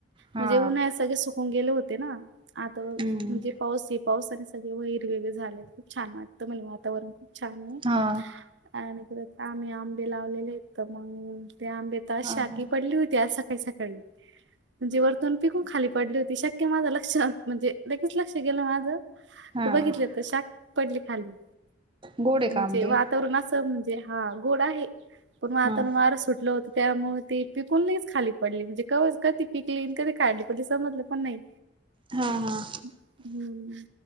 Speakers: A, on the right (about 25°); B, on the right (about 70°).
A: हा
B: म्हणजे उन्हाळ्यात सगळे सुकून गेले होते ना. आता
A: हम्म
B: म्हणजे पाऊस हे पाऊस आणि सगळे हिरवगरे झाले खूप छान वाटतं म्हणजे वातावरण. छान आहे.
A: हा
B: अ-परत आम्ही आंबे लावलेले आहेत तर मग. त्या आंब्याेत
A: हा
B: शाकी
A: हा
B: पडली होती. आज सकाळी-सकाळी. म्हणजे वरतून पिकून खाली पडली होती. शक्य माझं लक्षात म्हणजे लगे-लक्ष गेलं माझं.
A: हा
B: तर बघितलं तर शाक पडली खाली.
A: गोड आहे
B: म्हणजे
A: का आंबे
B: वातावरण अस. म्हणजे हा गोड आहे. पण मग आता
A: हा
B: वार सुटल होत त्यामुळे ते पी पिकून खाली पडली. म्हणजे क कधी पिकली. आणि कधी काढली पडली समजलं पण नाही.
A: हा हा
B: <inaudible> हम्म.